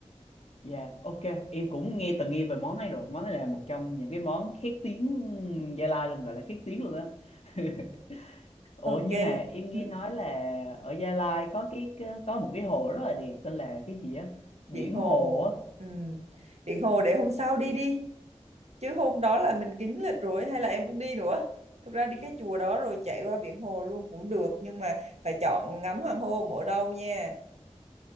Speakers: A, on the left (about 65°); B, on the right (about 65°).
A: dạ ok em cũng nghe từng nghe về món này rồi món này là một trong những cái món khét tiếng Gia Lai luôn gọi là khét tiếng luôn á <laughs> ủa
B: ok
A: nhưng mà em nghe
B: Ừ,
A: nói là ở Gia Lai có cái cái- có một cái hồ rất là đẹp tên là cái gì á
B: biển
A: biển
B: hồ
A: hồ
B: ừ. biển hồ để hôm sau đi đi chứ hôm đó là mình kín lịch rồi hay là em muốn đi nữa thực ra đi cái chùa đó rồi chạy qua biển hồ luôn cũng được nhưng mà phải chọn ngắm hoàng hôn ở đâu nha